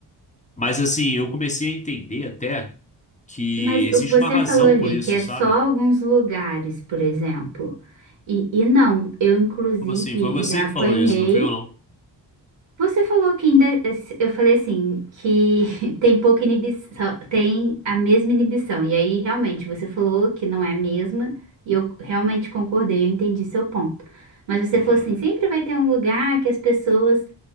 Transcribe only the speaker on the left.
Mas assim, eu comecei a entender até que
existe
uma razão
por isso,
sabe?
Como assim? Foi você
que
falou isso, não foi eu não?
Aham.